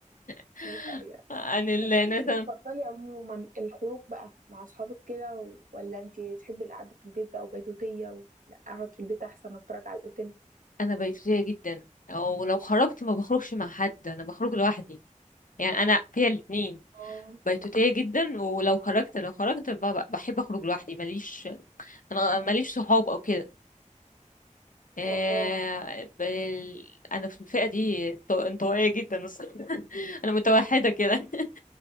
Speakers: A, on the left (about 85°); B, on the right (about 80°).
A: <laughs>
B: دي حقيقة
A: عن ال
B: طب انتي
A: مثلا
B: بتفضلي عموما الخروج بقى مع اصحابك كده و... ولا انتي تحبي القعده في البيت بقى وبيتوتيه و... لا اقعد في البيت احسن اتفرج على الفيلم
A: انا بيتوتية جدا او لو خرجت ما بخرجش مع حد انا بخرج لوحدي يعني انا فيها الاتنين
B: اه
A: بيتوتية جدا ولو خرجت لو خرجت ب- بحب اخرج لوحدي ماليش انا ماليش صحاب او كده آه،
B: اه
A: بال... انا في الفئة دي انط- انطوائية جدا الصراحة <laughs> انا متوحدة كده <laughs>